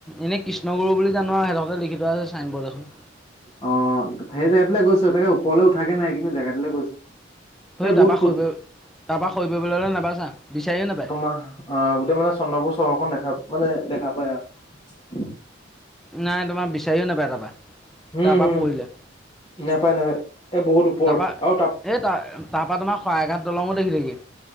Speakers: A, in the centre; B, on the left.
A: এনেই কৃষ্ণগুৰু বুলি জানো আৰু সিহঁতকতে লিখি থোৱা আছে ছাইন বৰ্ড এখন
B: অ সেই জেগাাতৈ গৈছো তাকে ওপৰলৈ উঠাকে নাই কিন্তু জেগাাতৈ গৈছো
A: ভ
B: এই বহুত
A: তাৰপাক
B: খোজ
A: শুৰিব তাৰপাক শুৰিব বুলিলে নাবাচা বিচাৰিও নাপায়
B: তোমাৰ অ গোটেই মানে চন্দ্ৰপুৰ চহৰখন দেখা মানে দেখা পায় আৰু
A: নাই তোমাৰ বিচাৰিও নাপায় তাৰপৰা
B: হম
A: তাৰ পৰা
B: হম
A: পৰিলে
B: নাপায় নাপায় এই বহুত ওপৰত
A: তাৰপৰা
B: আৰু তাপ
A: এই ত তাৰপৰা আমাৰ শৰাইঘাট দলঙো দেখিছেগি